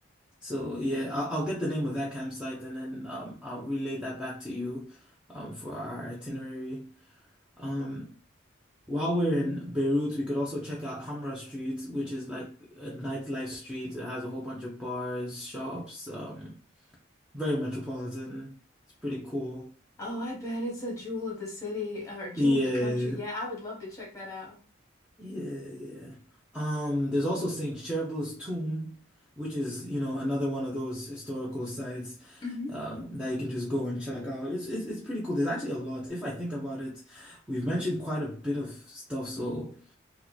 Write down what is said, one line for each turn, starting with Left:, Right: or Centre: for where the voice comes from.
Centre: So yeah, I'll, I'll get the name of that campsite, and then um, I'll relay that back to you, um, for our itinerary. Um, while we're in Beirut, we could also check out Hamra Street, which is like a nightlife street. It has a whole bunch of bars, shops, um, very metropolitan. It's pretty cool.
Left: Oh, I bet it's a jewel of the city or jewel
Centre: Yeah,
Left: of the country. Yeah, I would love to check that out.
Centre: yeah, yeah. Um, there's also Saint Cheryl's tomb, which is, you know, another one of those historical sites
Left: hmm
Centre: um, that you can just go and check out. It's, it's it's pretty cool. There's actually a lot. If I think about it, we've mentioned quite a bit of stuff, so.